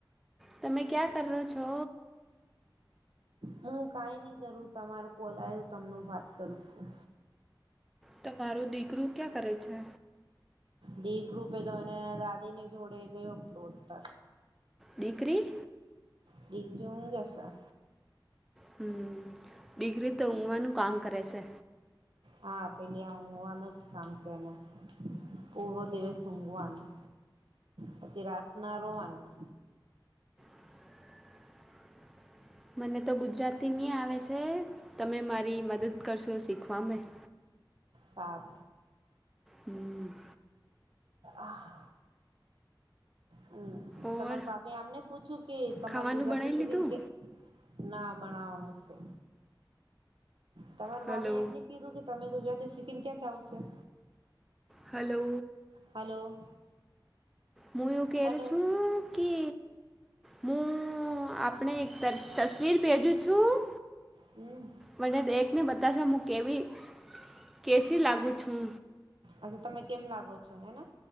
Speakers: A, in the centre; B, on the right.
A: તમે ક્યાં કરો છો.
B: હું કઈ નહી, કરું તમારું કોલ આવ તમનું વાત કરું છું.
A: તમારું દીકરું ક્યાં કરે છે.
B: દીક રૂપે, તો એને દાદી ને જોડે ગયો પલોટ
A: દીકરી
B: ડિગ્રંગ ગસ આ
A: હમ, દીકરી તો ઊઘવાનું કામ કરે છે.
B: હા, પેલી આ ઊંઘવાનું જ કામ છે, એને પૂરો દિવસ ઊંઘવાનું પછી રાત ના રોવાનું
A: <inaudible> મને તો ગુજરાતીની આવે છે, તમે મારી મદદ કરશો શીખવા મે હ
B: સાત
A: હમ
B: આ હા હમ,
A: ઓર
B: તમારા ભાપે આમને પૂછ્યું, કે તમારે
A: ખાવાનું
B: ગુજરાતી
A: બનાવી
B: શીખીને
A: લીધું
B: કે ના બનાવાનું છે. તમારા
A: હલો
B: ભપે એમને કીધું, કે તમે ગુજરાતી સિક્કિમ ક્યાં જાવશે
A: હલો
B: હલો
A: મ કે
B: હલો
A: છું, કે હુ, આપણે એક તસવીર ભેજું છું.
B: હમ
A: મને, દેખ ન બ કાચ હુ, કેવી કેસી લાગુ છું.
B: અચછા, તમે કેમ લાગો છો? હેના